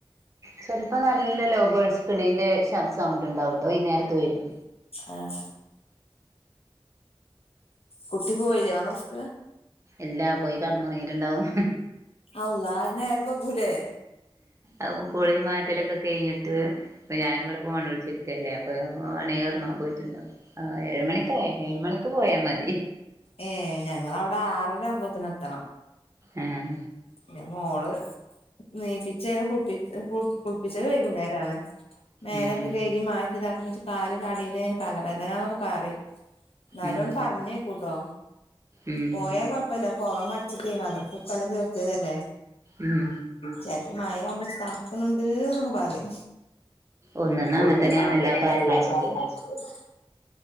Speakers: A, on the right; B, on the left.
A: സ് <unintelligible> അപ്പൊ നല്ല ലോ ബേഡ്സ് കിളിന്റെ സൗണ്ട് ഉണ്ടാവ്ട്ടോ ഈ നേരത്ത് വരും.
B: ആഹ് കുട്ടി പോയില്ലേ വന്ന റിസ്ക്
A: എല്ലാ പോയി കടന്നുറങ്ങിയിട്ടുണ്ടാവും
B: അല്ലാ അയ് നേരം ബൈഗുലെ
A: അപ്പ കുളി മാറ്റലൊക്കെ കെയ്ഞ്ഞിട്ട് ഞാനിവ്ടെ ഫോൺ വിള്ച്ചിര്ക്കല്ലേ പ്പവാണെ ഒറങ്ങാൻ പോയിറ്റ്ണ്ടാവും ഏഴ് മണിക്ക് ഏഴ് മണിക്ക് പോയാ മതി
B: ഏഹ് ഞങ്ങളവ്ടെ ആറര ആവുമ്പോത്തിന് എത്തണം
A: ഉം
B: പിന്നെ മോള് നീപ്പിച്ചെ ഞാ കുൾപ്പി കുൾ കുള്പ്പിച്ചേ വൈകുന്നേരാണ് മേലൊക്കെ
A: ഉം
B: കെഴ്കി മാറ്റിതക്കുന്നെച് കാല്കടീണ് തലവേതനാന്നൊക്കെ പറയും ന്നാലൊണ്ട്
A: ഉം
B: പറ്ഞ്ഞേക്കൂട്ടോ
A: ഉം
B: പോയാ കൊഴപ്പല്ല പോകാമടിച്ച്‌ട്ടേ മദ്രസ ഇക്കൊല്ലം ചേർതെതല്ലെ?
A: ഉം
B: ചെലപ്പൊ മഴാവുമ്പൊ തണ്ക്ക്ന്ന് ണ്ട്ന്നൊക്കെ പറിം
A: ഒന്നന്ന്
B: കൊണ്ട്ന്നങ്ങട്ടെന്നെ
A: അങ്ങനെ തന്നെ ഞാൻ വല്ലാ പറഞ്ഞയച്ചിട്ടില്ല
B: വെല്ലാ പർഞ്ഞയ്ച്ചിട്ടില്ല.